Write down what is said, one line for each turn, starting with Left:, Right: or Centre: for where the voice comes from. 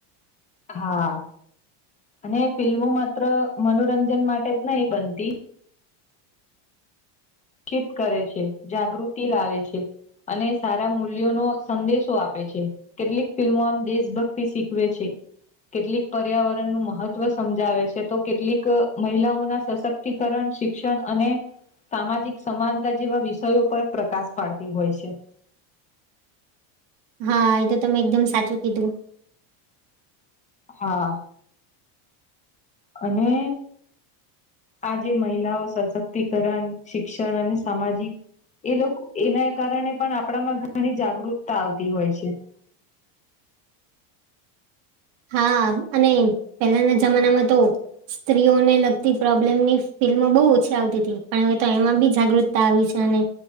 Left: હા અને ફિલ્મો માત્ર મનોરંજન માટે જ નહી બનતી શિક્ષિત કરે છે, જાગૃતિ લાવે છે. અને સારા મૂલ્યોનો સંદેશો આપે છે. કેટલીક ફિલ્મો આમ દેશભક્તિ શીખવે છે. કેટલીક પર્યાવરણનું મહત્વ સમજાવે છે તો કેટલીક મહિલાઓના સશક્તિ... કરણ શિક્ષણ અને સામાજિક સમાનતા જેવા વિષયો પર પ્રકાશ પાડતી હોય છે.
Right: હા. એ તો તમે એકદમ સાચું કીધું.
Left: હા અને આજે મહિલાઓ સશક્તિકરણ શિક્ષણ અને સામાજિક એ લોક એના કારણે પણ આપણામાં ઘણી જાગૃતતા આવતી હોય છે.
Right: હા અને પેલાના જમાનામાં તો સ્ત્રીઓને લગતી પ્રોબ્લેમની ફિલ્મો બહુ ઓછી આવતીતી પણ હવે તો એમાં બી જાગૃ... ક્તા આવી છે અને